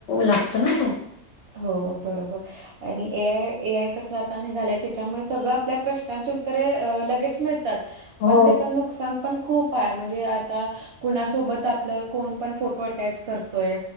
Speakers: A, on the left; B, on the right.
A: लागतो ना त.
B: हो बरोबर आणि ए आय ए आय कसं आता निघालाय त्याच्यामुळे सगळं आपल्या प्रश्नांची उत्तरे लगेच मिळ तात
A: हो,
B: पण त्याच नुकसान पण खूप हाय म्हणजे आता कुणासोबत आपलं कोण पण फोटो अटॅच करतोय.